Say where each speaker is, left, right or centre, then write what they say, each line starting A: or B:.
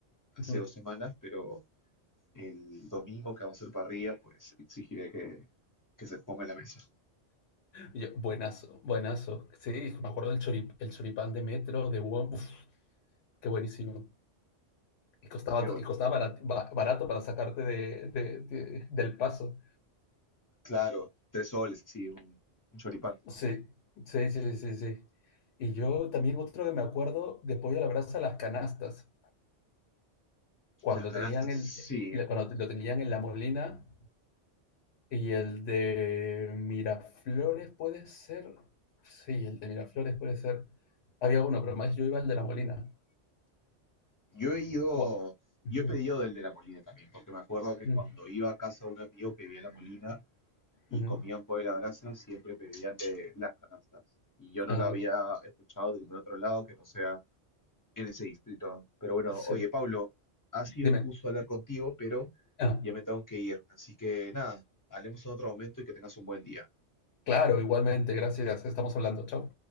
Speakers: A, on the left; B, on the left.
A: hace
B: ujú.
A: dos semanas, pero el domingo que vamos a hacer parrilla, pues exigiré que, que se ponga en la mesa.
B: Y yo, buenazo, buenazo. Sí, me acuerdo del chorip, el choripán de metro, de WOM, uf, qué buenísimo. Y costaba,
A: Qué
B: to-
A: bueno.
B: y costaba barat- ba- barato, para sacarte de, de- de- del paso.
A: Claro, tres soles, así, un, un choripán.
B: Sí, sí, sí, sí, sí. Y yo también otro que me acuerdo de pollo a la brasa, las canastas, cuando
A: Las canastas,
B: tenían el,
A: sí,
B: le- cuando lo tenían en La Molina y el de Miraflores puede ser, sí, el de Miraflores puede ser. Había uno, pero más yo iba al de La Molina.
A: Yo he ido,
B: Guau. Ujú,
A: yo he pedido del de la Molina también, porque me acuerdo que
B: ujú,
A: cuando iba a casa de un amigo que vivía en la Molina y
B: ujú.
A: comían pollo a la brasa, siempre pedían de las canastas. Y yo no
B: Ah,
A: la había escuchado de ningún otro lado que no sea en ese distrito. Pero bueno,
B: sí.
A: oye, Pablo, ha
B: Dime.
A: sido un gusto hablar contigo, pero
B: Ah,
A: ya me tengo que ir. Así que nada, hablemos en otro momento y que tengas un buen día.
B: claro, igualmente, gracias. Estamos hablando. Chao.